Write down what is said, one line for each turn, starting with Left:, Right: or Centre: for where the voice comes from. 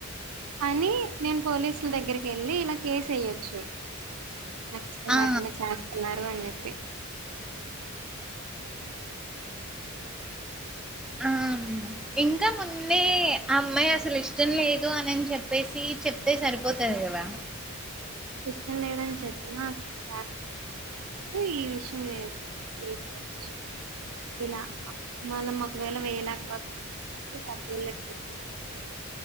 Right: అని నేను పోలీసుల దగ్గరికి వెళ్ళి ఇలా కేసు ఏయచ్చు నాకు ఇష్టం
Centre: ఆ
Right: లేకుండా చేస్తున్నారు అని చెప్
Centre: ఆ ఇంకా ముందే ఆ అమ్మాయి అసలు ఇష్టం లేదు అనిన్ చెప్పేసి చెప్తే సరిపోతది కదా
Right: ఇష్టం లేదని చెప్పినా అక్కం చేస్తాము అంటేప్పుడు ఈ విషయం చేయొచ్చు అ చేసే విషయం ఇలా మనం ఒకవేళ వేయలేకపోతున్నాము అంటే పెద్దళ్ళకి చెప్పించి అంటే